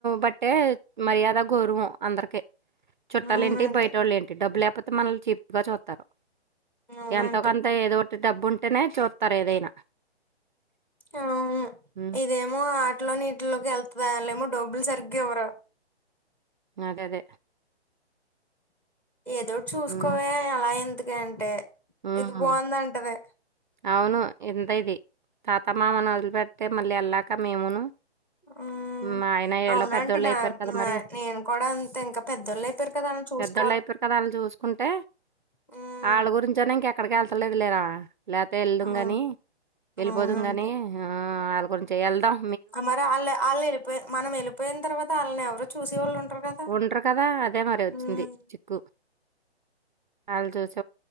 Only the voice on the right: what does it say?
బట్టే మర్యాద గౌరవం అందరికి చుట్టాలేంటి
బయటోళ్ళు ఏంటి డబ్బు లేకపోతే మనల్ని చీప్ గా చూత్తరు
ఎంతోకంత ఏదోటి డబ్బు ఉంటేనే చూత్తరు ఏదైనా
హ్మ్.
అదే అదే
హ్మ్.
హ్మ్.
అవును ఇంత ఇది తాత మామని మొదలుపెడితే మళ్ళీ వెళ్ళాక మేమును
మా ఆయన ఈళ్ళు
పెద్దోళ్ళయిపోయారు
కదా
మరి.
పెళ్ళి అయిపోతల వాళ్ళని చూసుకుంటే
ఆళ్ళ గురించిన ఇంకా ఎక్కడికి వెళ్తలేదు లేరా లేపోతే వెళదుంగని
వెళ్ళిపోదుం
గాని ఆ వాళ్ళ గురి వెళ్దాం
ఉండరు కదా అదే మరి వచ్చింది
చిక్కు ఆళ్ళు చూసి